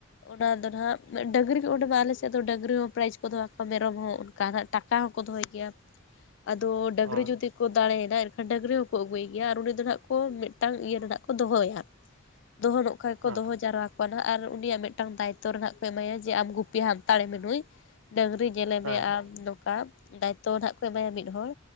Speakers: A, on the left; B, on the right.
A: ᱚᱱᱟ ᱫᱚ ᱱᱟᱦᱟᱜ ᱰᱟᱹᱝᱨᱤ ᱠᱚ ᱚᱸᱰᱮ ᱢᱟ ᱟᱞᱮ ᱥᱮᱫ ᱫᱚ ᱰᱟᱹᱝᱨᱤ ᱦᱚᱸ ᱯᱨᱟᱭᱤᱡ ᱠᱚ ᱫᱚᱦᱚ ᱠᱚᱣᱟ ᱢᱮᱨᱚᱢ ᱦᱚᱸ ᱚᱱᱠᱟ ᱦᱟᱸᱜ, ᱴᱟᱠᱟ ᱦᱚᱸᱠᱚ ᱫᱚᱦᱚᱭ ᱜᱮᱭᱟ, ᱟᱫᱚ ᱰᱟᱹᱝᱨᱤ
B: ᱚ
A: ᱡᱩᱫᱤ ᱠᱚ ᱫᱟᱲᱮᱭᱱᱟ ᱮᱱᱠᱷᱟᱱ ᱰᱟᱹᱝᱨᱤ ᱦᱚᱸᱠᱚ ᱟᱹᱜᱩᱭᱮ ᱜᱮᱭᱟ ᱟᱨ ᱩᱱᱤ ᱫᱚ ᱱᱟᱦᱟᱜ ᱠᱚ ᱢᱤᱫᱴᱟᱝ ᱤᱭᱟᱹ ᱨᱮ ᱱᱟᱦᱟᱜ ᱠᱚ ᱫᱚᱦᱚᱭᱟ᱾ ᱫᱚᱦᱚ ᱱᱚᱜ ᱠᱷᱟᱡ ᱠᱚ
B: ᱚ
A: ᱫᱚᱦᱚ ᱡᱟᱨᱣᱭᱟ, ᱟᱨ ᱩᱱᱤᱭᱟᱜ ᱢᱤᱫᱴᱟᱝ ᱫᱟᱭᱤᱛᱚᱨ ᱦᱮᱱᱟᱜ ᱠᱚ ᱮᱢᱟᱭᱟ ᱡᱮ ᱟᱢ ᱜᱩᱯᱤ ᱦᱟᱱᱛᱟᱲᱮᱢᱮ ᱱᱩᱭ ᱾ ᱰᱟᱹᱝᱨᱤ ᱧᱮᱞᱮ
B: ᱦᱮᱸ
A: ᱢᱮ ᱟᱢ ᱱᱚᱝᱠᱟ ᱫᱟᱭᱤᱛᱛᱚ ᱱᱟᱜ ᱠᱚ ᱮᱢᱟᱭᱟ ᱢᱤᱫ ᱦᱚᱲ